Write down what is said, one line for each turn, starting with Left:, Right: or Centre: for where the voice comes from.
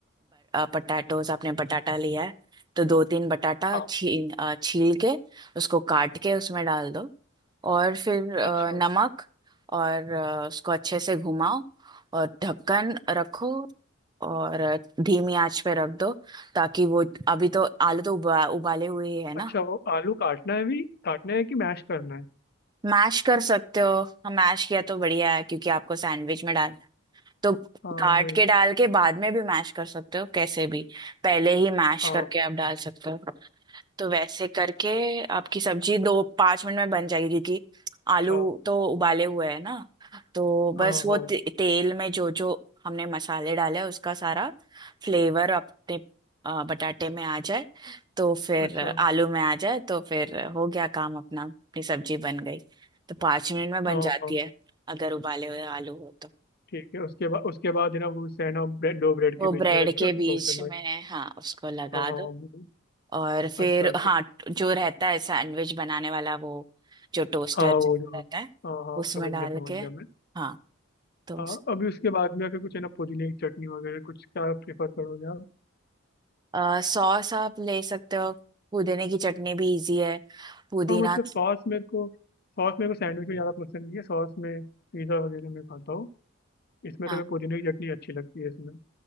Right: पटाटोज आपने बटाटा लिया है तो दो तीन बटाटा
Left: हाँ
Right: छील अ, छील के उसको काट के उसमें डाल दो और फिर अ,
Left: अच्छा
Right: नमक और अ, उसको अच्छे से घुमाओ और ढक्कन रखो और धीमी आंच पे रख दो ताकि वो अभी तो आलू तो उबा, उबाले हुए ही है ना
Left: अच्छा वो आलू काटना है भी काटना है कि मैश करना है
Right: मैश कर सकते हो हम मैश किया तो बढ़िया है क्योंकि आपको सैंडविच में डालना है तो
Left: हाँ
Right: काट
Left: वही
Right: के डाल के बाद में भी मैश कर सकते हो कैसे भी पहले ही मैश
Left: हाँ
Right: करके आप डाल सकते हो तो वैसे करके आपकी सब्जी दो पाँच मिनट में बन जाएगी क्योंकि
Left: अच्छा
Right: आलू तो उबाले हुए हैं ना तो बस
Left: हाँ
Right: वो
Left: हाँ
Right: ते, तेल में जो जो हमने मसाले डाले हैं, उसका सारा फ्लेवर अपने अ, बटाटे में आ जाए तो फिर
Left: अच्छा
Right: अ, आलू में आ जाए तो फिर हो गया काम अपना अपनी सब्जी बन गई तो पाँच मिनट में बन
Left: हाँ
Right: जाती
Left: हाँ
Right: है अगर उबाले हुए आलू हो तो
Left: ठीक है उसके बाद उसके बाद है ना वो सैन और ब्रेड दो ब्रेड
Right: वो
Left: के बीच
Right: ब्रेड
Left: में रख
Right: के
Left: के उसको
Right: बीच
Left: टोस्टर में
Right: में हाँ उसको लगा
Left: हाँ हाँ,
Right: दो,
Left: वो-
Right: और फिर
Left: अच्छा
Right: हाँ
Left: फिर
Right: जो रहता है सैंडविच बनाने वाला वो जो टोस्टर
Left: हाँ वो जो
Right: रहता है
Left: हाँ हाँ
Right: उसमें
Left: समझ
Right: डाल
Left: गया समझ
Right: के
Left: गया मैं
Right: हाँ तो
Left: हाँ अभी उसके बाद में अगर कुछ है ना पुदीने की चटनी वगैरह कुछ क्या प्रेफर करोगे आप
Right: आ, सॉस आप ले सकते हो पुदीने की चटनी भी इजी है पुदीना
Left: हाँ मतलब सॉस मेरे को सॉस मेरे को सैंडविच में ज़्यादा पसंद नहीं है सॉस में पिज़्ज़ा वगैरह में खाता हूँ इसमें
Right: हाँ
Left: तो मैं पुदीने की चटनी अच्छी लगती है इसमें